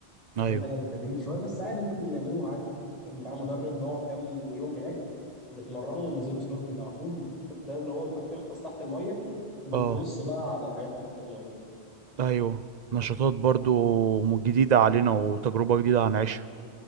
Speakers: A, on the right (about 45°); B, on the left (about 35°).
A: ايوه
B: بس دي حاجه تدريب شويه بس عادي ممكن نعملوها عادي يعني بقى مدرب نقعد كام يوم هناك نتمرنوا وننزلوا سنوركلينج على طول ده اللي هو انت بتغطس تحت الميه وبتبص
A: اه
B: بقى على الحاجات اللي تحت الميه
A: ايوه نشاطات برضو جديدة علينا وتجربة جديدة هنعيشها